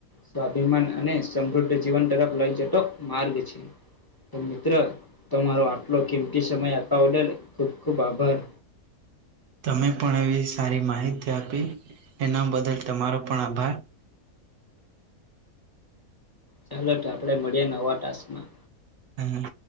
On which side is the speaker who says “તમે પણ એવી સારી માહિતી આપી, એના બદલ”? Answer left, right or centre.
Right